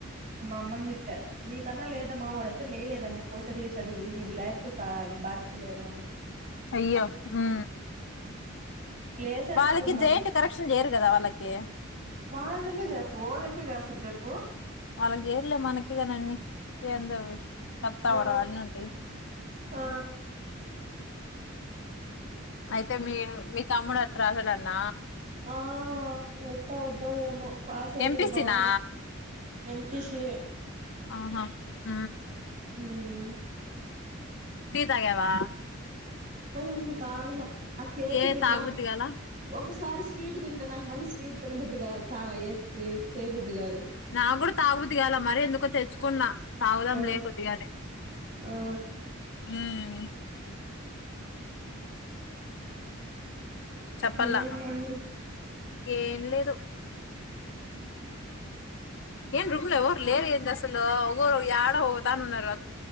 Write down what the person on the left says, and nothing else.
అయ్యో ఉ
వాళ్ళకి
జెయింటువ్ కరెక్షన్ చేయరు కదా వాళ్ళకి
వాళ్ళకి చేర్లే మనకే కాని అన్నీ ఏందవు సత్తావర
అళ <inaudible> నండి
అయితే మీ మీ తమ్ముడు అట్లా రాసాడన్న
ఎంపీసి
నా
ఆ ఊమ్
టీ తాగవా
ఏ
తాగబుద్ది గాల
నా కూడా తాగుబుద్ది గాల మరి ఎందుకో తెచ్చుకున్నా తాగుదాం
లే కొద్దిగని
<unintelligible> చెప్పల్లా
ఏం లేదు ఏమృమ్లోవరు లేరు ఎంద అసలు ఒకరు ఎయాడ ఒతాన్నరు